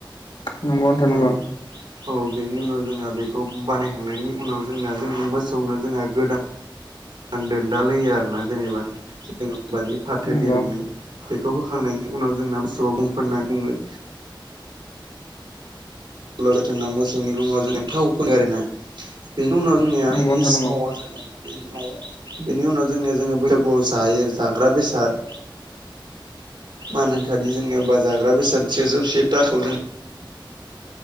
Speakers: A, on the left; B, on the right.
A: नोंथां नंगौ
B: औ औ बेनि उनाव जोंहा बेखौ बानायखांनायनि उनाव जोंना जों मोसौनो जों गोदान आं न्दोनदाल होयो आरोना जेनेबा जेनबानि फाथो
A: नंगौ
B: दिरुंनि बेखौ होखांनायनि उनाव जोंना मोसौवा बुंफोनना बुङो जाथोंना मोसौनि गंङाव जों थाव फोनो आरोना बेनि उनाव
A: नंगौ
B: बेनि
A: नोंथां
B: सिङाव
A: नंगौ
B: जोंङो बेनि आव बेनि उनाव जोंनिया जोंङो बैसागुआव जायो जाग्रा बेसाद मान होनखालि जोंनियाबा जाग्रा बेसाद सेजौ से थाखा जों